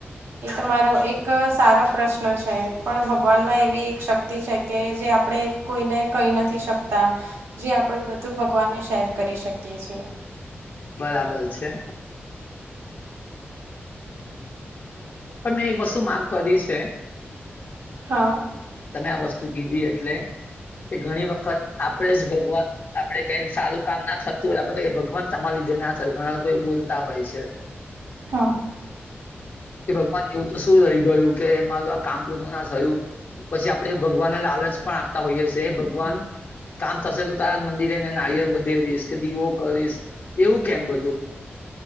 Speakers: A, on the right; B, on the left.
A: એ તમારો એક સારો પ્રશ્ન છે પણ ભગવાનમાં એવી એક શક્તિ છે કે જે આપણે કોઈને કહી નથી શકતા જે આપણે બધું ભગવાનને શેર કરી શકીએ છીએ.
B: બરાબર છે. પણ મેં એક વસ્તુ માગ કરી છે
A: હા.
B: તમે આ વસ્તુ કીધી એટલે એ ઘણી વખત આપે જ ભગવાન આપડે કઈ સારું કામ ના થતું હોય આપડે ભગવાન તમારી જે ના થ હોય ઘણા લોકો એ બોલતા હોય છે.
A: હા
B: કે ભગવાન એવું તો શું રહી ગયું કે મારું આ કામ પુરુ ના થયું પછી આપણેે ભગવાનને લાલચ પણ આપતા હોઈએ છે ભગવાન કામ થશે તો તારા મંદિરેને નારિયેળ વધેરીશ કે દીવો કરીશ એવું કેમ બધું.